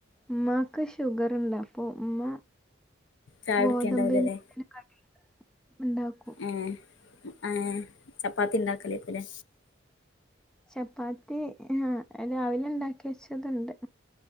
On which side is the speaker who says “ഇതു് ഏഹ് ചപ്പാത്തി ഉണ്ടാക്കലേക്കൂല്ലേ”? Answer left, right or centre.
Left